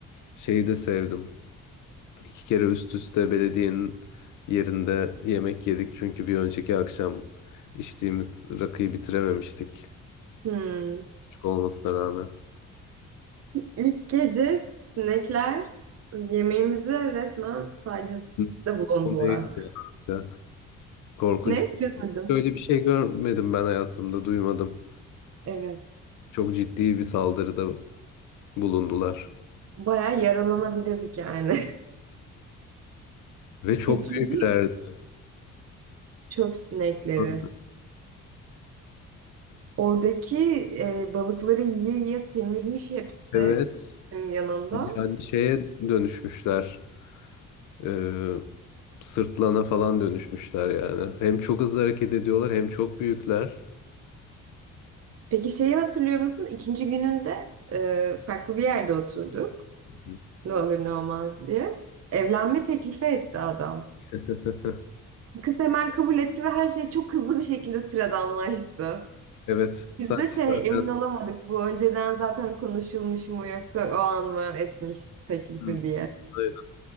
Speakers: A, on the left; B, on the right.
A: şeyi de sevdim. İki kere üst üste belediyenin yerinde yemek yedik çünkü bir önceki akşam içtiğimiz rakıyı bitirememiştik
B: Hmm.
A: küçük olmasına rağmen.
B: İlk gece sinekler yemeğimize resmen tacizde
A: Hı,
B: bulundular.
A: O neydi ya? İşte Korkunç.
B: Ne? Bilemedim.
A: Böyle bir şey görmedim ben hayatımda, duymadım.
B: Evet.
A: Çok ciddi bir saldırıda bulundular.
B: Bayağı yaralanabilirdik yani.
A: Ve çok
B: <laughs> İkinci
A: büyüklerdi.
B: çöp sinekleri.
A: Nasıl?
B: Oradaki e, balıkları yiye yiye semirmiş hepsi
A: Evet.
B: benim yanında.
A: Yani şeye dönüşmüşler. Ee, sırtlana falan dönüşmüşler yani. Hem çok hızlı hareket ediyorlar hem çok büyükler.
B: Peki şeyi hatırlıyor musun? İkinci gününde e, farklı bir yerde oturduk.
A: Hı.
B: Ne olur ne olmaz diye. Evlenme teklifi etti adam.
A: <laughs>
B: Kız hemen kabul etti ve her şey çok hızlı bir şekilde sıradanlaştı.
A: Evet,
B: Biz
A: sanki
B: de şey
A: zaten
B: emin olamadık bu önceden zaten konuşulmuş mu yoksa o an mı etmiş teklifi
A: hı,
B: diye.
A: aynen.